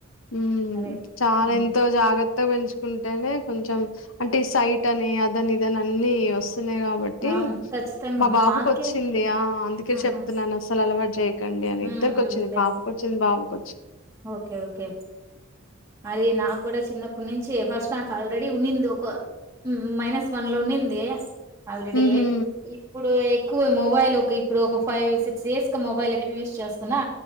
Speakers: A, on the left; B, on the right.
A: హు
B: అదే.
A: చాలా
B: హ్మ్.
A: ఎంతో జాగ్రత్తగా పెంచుకు కుంటేనే కొంచెం అంటే సైట్ అని అదని ఇదని అన్ని వస్త కాబట్టి
B: అవును. ఖచ్చితంగా.
A: మా బాబుకు
B: మాకే
A: వచ్చింది ఆ అందుక
B: ఆహా!
A: చెప్తున్నాను అసలు జే <unintelligible> కండి అనే
B: హ్మ్.
A: వచ్చంది
B: హ్మ్. లేదు.
A: పాప వచ్చింది అవుక
B: ఓకే ఓకే అది నాకు కూడా చిన్న ఇప్పుడు నుంచి ఫస్ట్ నాకు ఆల్రెడీ ఉన్నింది ఒక మైనస్ వన్ లో ఉన్నింది. ఆల్రెడీ
A: ఉహు
B: ఇప్పుడు ఎక్కువ మొబైల్ ఒక ఇప్పుడు ఒక ఫైవ్ సిక్స్ ఇయర్స్ క మొబైల్ ఎక్కువ యూజ్ చేస్తున్నా